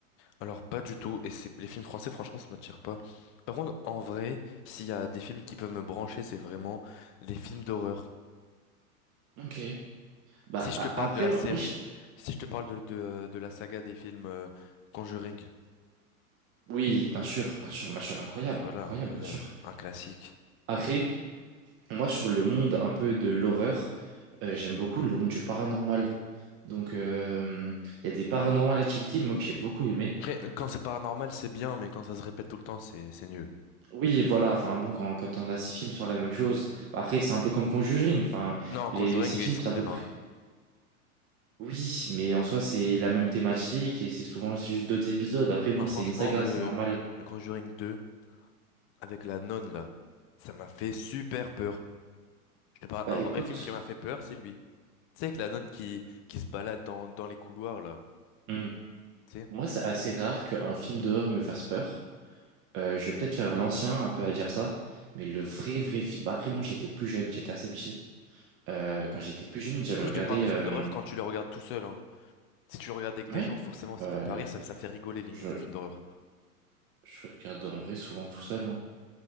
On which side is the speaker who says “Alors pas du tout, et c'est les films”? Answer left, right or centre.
Left